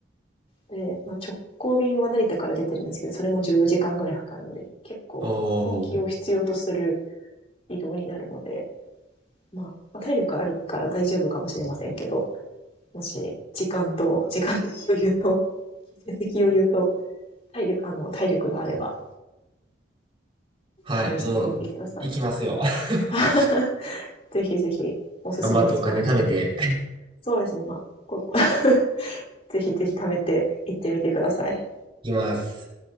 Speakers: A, on the left; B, on the right.
A: で、まあ、直行便は成田から出てるんですけど、それも14時間ぐらいかかるので、結構あの、
B: <laughs> おー。
A: 根気を必要とする移動になるので、まあ、まあ体力あるから大丈夫かもしれませんけど、もし、時間と、時間的余裕と、金銭的余裕と、体力、あの、体力があれば、
B: はい、
A: 試してみてください。
B: もう、行きますよ。<laughs>
A: <laughs> ぜひぜひ、おすすめスポットです。
B: 頑張ってお金貯めて、
A: そうですね、まあ、こう <laughs> ぜひぜひ貯めて行ってみてください。
B: 行きます。